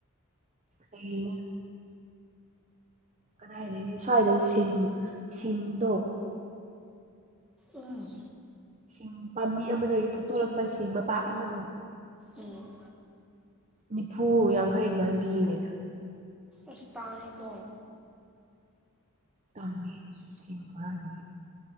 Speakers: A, on the right; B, in the centre.
A: ꯂꯩꯔꯤꯅꯦ ꯀꯗꯥꯏꯗꯒꯤ ꯁ꯭ꯋꯥꯏꯗ ꯁꯤꯡ ꯁꯤꯡꯗꯣ
B: ꯑꯨꯝ
A: ꯁꯤꯡ ꯄꯥꯝꯕꯤ ꯑꯃꯗꯒꯤ ꯐꯨꯛꯇꯣꯔꯛꯄ ꯁꯤꯡ ꯃꯄꯥꯛ ꯑꯃꯗꯣ
B: ꯑꯨꯝ
A: ꯅꯤꯐꯨ ꯌꯥꯡꯈꯩ ꯑꯗꯨꯃꯥꯏꯅ ꯄꯤꯌꯦꯅꯦ꯫
B: ꯑꯁ ꯇꯥꯡꯉꯤꯀꯣ꯫
A: ꯇꯥꯡꯉꯦ ꯔꯦꯟꯠꯀꯤ ꯕꯥꯔꯅ <unintelligible>